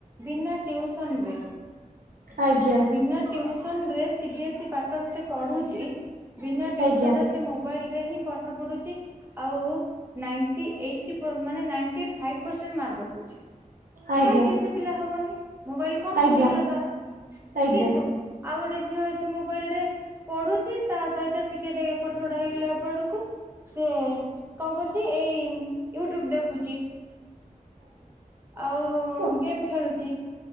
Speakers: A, on the right (about 15°); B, on the right (about 80°).
A: ବିନା ଥନ ବେ
B: ଆଜ୍ଞା
A: ବିନା ଟି ସନ ରେ ସିବି ଏସ୍ଇ ପାଟନ ସେ ପଢୁଛି ବିନା ଟ୍ୟୁସନରେ
B: ଆଜ୍ଞା
A: ସେ ମୋବାଇଲ ହ ପାଠ ପଢୁଛି ଆଉ ନାଇଟି ଏ ମାନେ ନାଇ ରଖଛି
B: ଆଜ୍ଞା
A: କାହିଁକି
B: ଆଜ୍ଞା
A: ସେ ପିଲା ହବନି? ମ କଣ
B: ଆଜ୍ଞା
A: କତି କଲା ତାର
B: ଆଜ୍ଞା।
A: କିନ୍ତୁ ଆଉ ଗୋଟେ ଝିଅ ଅଛି ମୋବାଇଲ ରେ ପଢୁଛି ତା ସହିତ ଟିକେ ଏପଟ ଟ ହେଇଗଲା ବେଳକୁ ସେ କଣ କରୁଛି ଏଇ? ୟୁଟ୍ୟୁବ ଦେଖୁଛି। ଆଉ
B: ଆଜ୍ଞା
A: ଗେମ୍ ଖେଳୁଛି।